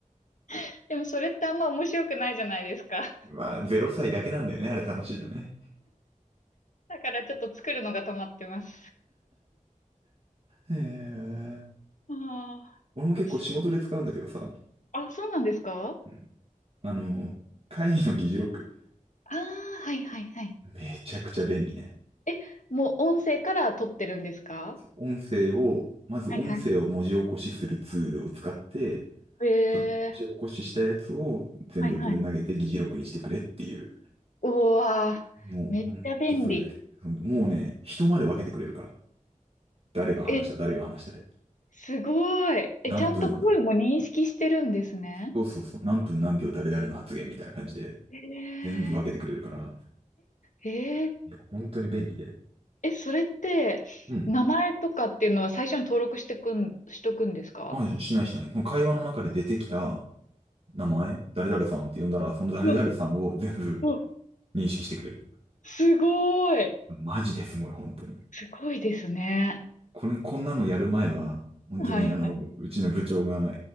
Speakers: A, on the left; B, on the right.
A: <laughs> でもそれってあんま面白くないじゃないですか。<laughs>
B: まあ、ゼロ歳だけなんだよね、あれ楽しいのね。
A: だからちょっと作るのが止まってます。
B: へえ。
A: ああ、
B: 俺も結構仕事で使うんだけどさ。
A: しあ、そうなんですか
B: うんあの、会議の議事録。
A: ああー、はいはいはい。
B: めちゃくちゃ便利ね。
A: え、もう音声から撮ってるんですか
B: 音声を、まず音声を文字起こしするツールを使って、
A: はいはい。え
B: その文字起こししたやつを全部ぶん投げて議事録にしてくれっていう。
A: ー、はいはい。うわー、
B: もうほんとそれだけ。
A: めっちゃ便利。
B: もうね、人まで分けてくれるから。誰が話した、
A: え、
B: 誰が話したで。
A: すごい。え、
B: 何分な、
A: ちゃんと声も認識してるんですね。
B: そうそうそう、何分何秒誰々の発言みたいな感じで、
A: えー、
B: 全部分けてくれるから、
A: えー
B: いや、本当に便利で。
A: え、それって、
B: うん。
A: 名前とかっていうのは最初に登録してくん、しとくんですか
B: あ、しないしない。その会話の中で出てきた名前、誰々さんって呼んだら、その誰々さんを全部
A: うわ、うわ
B: 認識してくれる。
A: すごい。
B: マジですごい、本当に。
A: すごいですね。
B: これ、こんなのやる前は、本当にあの、
A: はいはい。
B: うちの部長が、